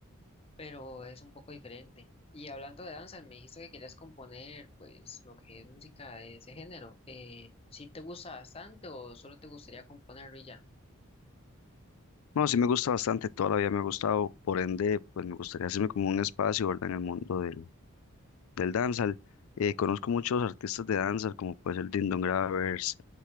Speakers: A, on the left; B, on the left.
A: pero es un poco diferente. Y hablando de danza, me dijiste que querías componer, pues, lo que es música de ese género. Eh, ¿sí te gusta bastante o solo te gustaría componerlo y ya?
B: No, sí me gusta bastante, toda la vida me ha gustado, por ende, pues me gustaría hacerme como un espacio, ¿verdad? En el mundo del, del dancehall. Eh, conozco muchos artistas de danza, como puede ser Dindon Gravers,